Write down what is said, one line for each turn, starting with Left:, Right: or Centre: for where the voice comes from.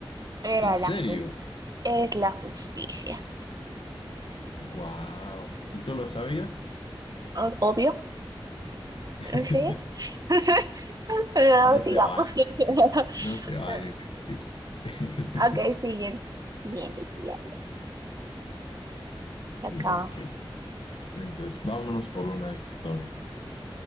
Right: Era
Left: ¿En serio?
Right: la jus- es la justicia.
Left: Wow. ¿Y tú lo sabías?
Right: Ah, Obvio.
Left: <laughs>
Right: Sí. <laughs> No,
Left: No
Right: sigamos.
Left: se vale
Right: <laughs>
Left: mentir. No se vale mentir. <laughs>
Right: Ok, siguiente. Siguiente, siguiente. Se acaba.
Left: Ok. Entonces, vámonos por una de historia.